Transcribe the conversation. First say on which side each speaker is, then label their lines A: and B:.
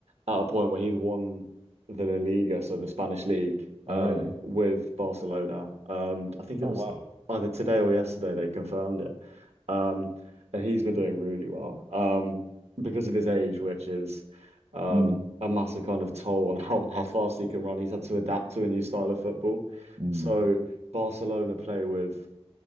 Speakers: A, on the right (about 85°); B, on the right (about 55°).
A: at a point where he's won the La Liga, so the Spanish league,
B: Oh,
A: um,
B: really?
A: with Barcelona. Um, I think
B: Oh,
A: it was
B: wow.
A: either today or yesterday they confirmed it. Um, and he's been doing really well um, because of his age, which is um,
B: Mm,
A: a massive kind of toll on <laughs> how, how fast he can run. He's had to adapt to a new style of football.
B: mm.
A: So Barcelona play with